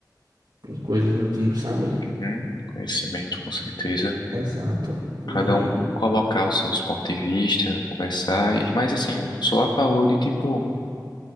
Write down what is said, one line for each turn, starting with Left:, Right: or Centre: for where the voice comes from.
Right: e coisas do tipo, sabe?
Left: uhum, conhecimento, com certeza.
Right: Exato. E
Left: Cada um colocar os seus pontos de vista, conversar. e- Mas assim, eu sou a favor de, tipo,